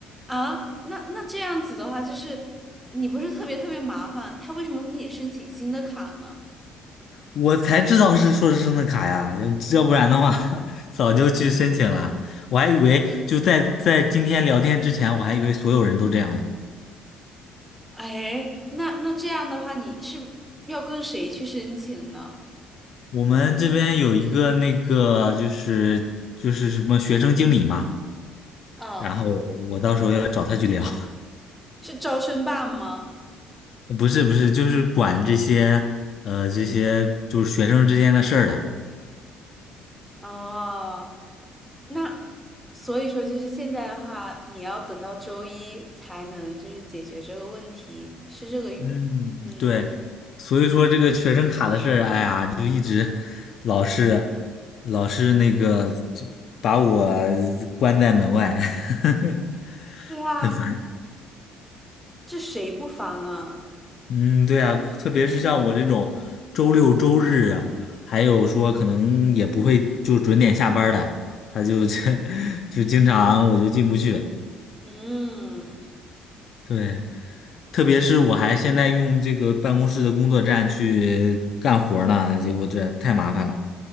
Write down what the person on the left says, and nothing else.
我才知道是硕士生的卡呀，要要不然的话 <laughs> 早就去申请了。我还以为就在在今天聊天之前，我还以为所有人都这样呢。
我们这边有一个那个就是就是什么学生经理嘛，
然后我到时候要找他去聊。<laughs>
不是不是，就是管这些呃这些就是学生之间的事儿的。
嗯，
对，所以说这个学生卡的事儿，哎呀，就一直老是老是那个就把我关在门外，<laughs>
很烦。
嗯，对啊，特别是像我这种周六周日啊，还有说可能也不会就准点下班儿的，他就 <laughs> 就经常我就进不去。
对，特别是我还现在用这个办公室的工作站去干活儿呢，结果这太麻烦了。